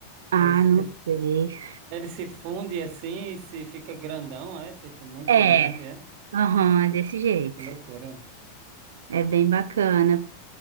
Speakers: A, on the right; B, on the right.
A: Ah,
B: Esse,
A: não sei.
B: ele se funde assim e se fica grandão, é? Tipo, muito
A: É,
B: grande, é?
A: aham,
B: Bizarro.
A: é desse jeito.
B: Que loucura, é?
A: É bem bacana.